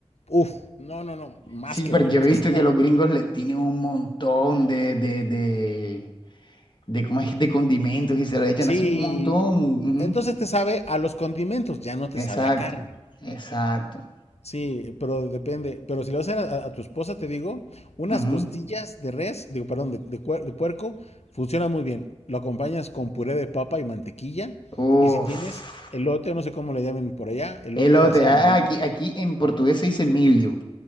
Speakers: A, on the left; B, on the left.
A: Uf, no, no, no, más
B: Sí,
A: que
B: pero
A: bueno.
B: yo
A: O
B: he
A: sea,
B: visto
A: es una,
B: que los gringos le tienen un montón de, de, de, de, ¿cómo es? de condimentos y se lo echan
A: Sí,
B: así un montón.
A: entonces
B: Ujú.
A: te sabe a los condimentos, ya no te
B: Exacto,
A: sabe a carne.
B: exacto.
A: Sí, pero depende. Pero si lo vas a hacer a, a tu esposa, te digo, unas
B: Ujú.
A: costillas de res, digo, perdón, de, de cuer- de puerco, funciona muy bien. Lo acompañas con puré de papa y mantequilla.
B: Uf.
A: Y si tienes elote, o no sé cómo le llamen por allá, elote
B: Elote,
A: así
B: ah,
A: amarillo,
B: aquí, aquí en portugués se dice milho.